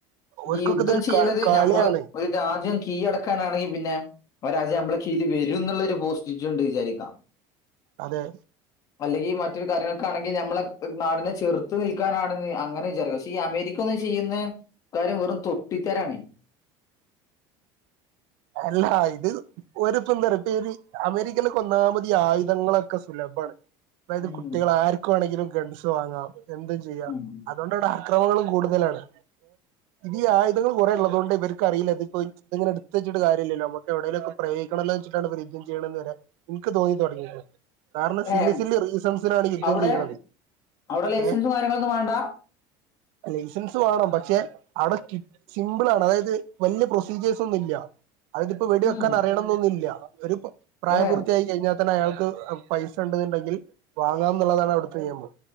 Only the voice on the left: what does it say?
ഈ യുദ്ധം
ചെയ്യണത്
നമ്മള് ഒരു രാജ്യം കീഴടക്കാനാണെങ്കിൽ പിന്നെ അവരാജ്യം നമ്മളെ കീഴിൽ വരും എന്നുള്ളരു പോസ്റ്റിട്ടുണ്ട് വിചാരിക്കാം
അല്ലെങ്കിൽ മറ്റൊരു കാര്യങ്ങളൊക്കൊണെങ്കിൽ ഞമ്മളെ നാടിനെ ചെർത് ത്തു നിൽക്കാനാണെന്ന് അങ്ങനെ വിചാരിക്കാം പക്ഷെ ഈ അമേരിക്ക ഒന്ന് ചെയ്യുന്ന കാര്യം വെറും തൊട്ടിത്തരണേ
ഉം.
ഉം.
ഏ
അവിടെ
അവിടെ ലൈസൻസും
കാര്യങ്ങളൊന്നും വേണ്ട
ഉം.
ഏ